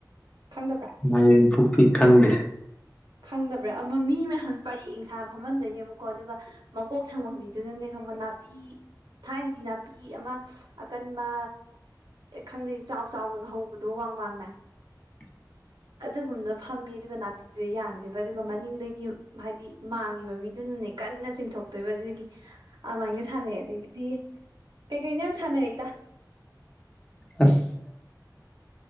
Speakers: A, on the right; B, on the left.
A: ꯈꯪꯗꯕ꯭ꯔꯥ꯫
B: ꯃꯌꯦꯡ ꯄꯨꯄꯤ ꯈꯟꯗꯦ꯫
A: ꯈꯪꯗꯕ꯭ꯔꯥ ꯑꯃ ꯃꯤ ꯃꯌꯥꯝꯁꯨ ꯄꯔꯦꯡ ꯌꯦꯟꯁꯥꯡꯅ ꯐꯝꯍꯟꯗꯣꯏꯅꯦꯕꯀꯣ ꯑꯗꯨꯒ ꯃꯀꯣꯛ ꯊꯪꯕ ꯃꯤ ꯑꯗꯨꯅꯅꯦ ꯈꯪꯕ ꯅꯥꯄꯤ ꯊꯥꯏꯅꯗꯤ ꯅꯥꯄꯤ ꯑꯃ ꯑꯀꯟꯕ ꯑꯦ ꯈꯪꯗꯦ ꯆꯥꯎ ꯆꯥꯎꯅꯒ ꯍꯧꯕꯗꯣ ꯋꯥꯡ ꯋꯥꯡꯅ꯫
B: <inaudible>
A: ꯑꯗꯨꯒꯨꯝꯗꯣ ꯐꯝꯃꯤ ꯑꯗꯨꯒ ꯅꯥꯄꯤ ꯃꯤꯗꯨ ꯌꯥꯟꯗꯦꯕ ꯑꯗꯨꯒ ꯃꯅꯤꯡꯗꯒꯤ ꯍꯥꯏꯗꯤ ꯃꯥꯡꯉꯤꯕ ꯃꯤꯗꯨꯅꯅꯦ ꯀꯟꯅ ꯆꯤꯡꯊꯣꯛꯇꯣꯏꯕ ꯑꯗꯨꯒꯤ ꯑꯗꯨꯃꯥꯏꯒ ꯁꯥꯟꯅꯩ ꯑꯗꯒꯤꯗꯤ ꯀꯩꯀꯩꯅꯣ ꯌꯥꯝ ꯁꯥꯟꯅꯔꯛꯏꯗ
B: ꯑꯁ